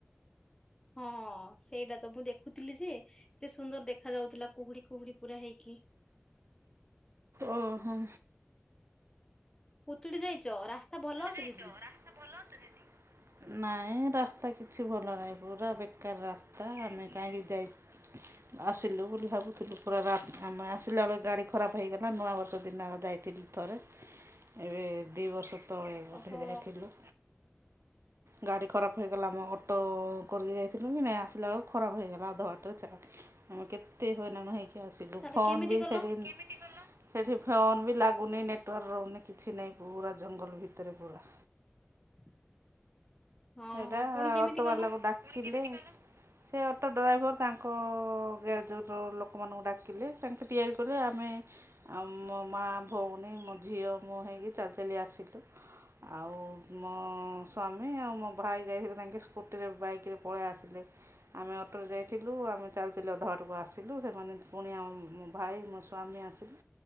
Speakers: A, on the left; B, on the right.
A: ହଁ ସେଇଟା ତ ମୁଁ ଦେଖୁଥିଲି ଯେ ଏତେ ସୁନ୍ଦର ଦେଖା ଯାଉଥିଲା କୁହୁଡି କୁହୁଡି ପୁରା ହେଇକି
B: ଓହୋ।
A: ପୁତୁଡି ଯାଇଛ ରାସ୍ତା ଭଲ
B: ଯାଇଚ
A: ଅଛି ଦିଦି
B: ରାସ୍ତା ଭଲ ଅଛି ନାଁ ନାଇଁ ରାସ୍ତା କିଛି ଭଲ ନାହିଁ ପୁରା ବେକାର ରାସ୍ତା ଆମେ କାହିଁକି ଯାଇ ଆସିଲୁ ବୋଲି ଭାବୁଥିଲୁ ପୁରା ରା ଆମେ ଆସିଲା ବେଳେ ଗାଡ଼ି ଖରାପ ହେଇଗଲା ନୂଆବର୍ଷ ଦିନ। ଯାଇଥିଲି ଥରେ ଏବେ ଦୁଇ ବର୍ଷ ତଳେ ବୋଧେ
A: ଓହୋ
B: ଯାଇଥିଲୁ।
A: <inaudible>
B: ଗାଡ଼ି ଖରାପ ହୋଇଗଲା ଆମେ ଅଟୋ କରିକି ଯାଇଥିଲୁ କି ନହିଁ ଆସିଲା ବେଳକୁ ଖରାପ ହେଇଗଲା ଅଧା ବାଟାରେ ଚା ଆମେ କେତେ ହଇରାନ ହେଇକି ଆସିଲୁ
A: ତାହେଲେ
B: ଫୋନ
A: କେମିତି
B: ବି
A: ଗଲ
B: ସେ ସେଇଠି ଫୋନ ବି ଲାଗୁନି ନେଟୱାର୍କ ରହୁନି କିଛି ନାହିଁ ପୁରା ଜଙ୍ଗଲ ଭିତରେ ପୁରା।
A: <inaudible> ହଁ
B: ଏଇଟା
A: ହଁ ପୁଣି କେମିତି
B: ଅଟୋ
A: ଗଲ
B: ବାଲାକୁ ଡାକିଲେ
A: <inaudible>
B: ସେ ଅଟୋ ଡ୍ରାଇଭର ତାଙ୍କ ଗ୍ୟାରେଜର ଲୋକମାନଙ୍କୁ ଡାକିଲେ ସେକେ ତିଆରି କଲେ ଆମେ ଆଉ ମୋ ମା ଭଉଣୀ ମୋ ଝିଅ ମୁଁ ହେଇକି ଚାଲି ଚାଲି ଆସିଲୁ ଆଉ ମୋ ସ୍ଵାମୀ ଆଉ ମୋ ଭାଇ ଯାଇଥିଲେ ତାଙ୍କେ ସ୍କୁଟିରେ ବାଇକରେେ ପଳେଇ ଆସିଲେ ଆମେ ଅଟୋରେ ଯାଇଥିଲୁ ଆମେ ଚାଲି ଚାଲି ଅଧା ବା ପାଟକୁ ଆସିଲୁ ସେମାନେ ପୁଣି ଆମ ମୋ ଭାଇ ମୋ ସ୍ୱାମୀ ଆସିଲି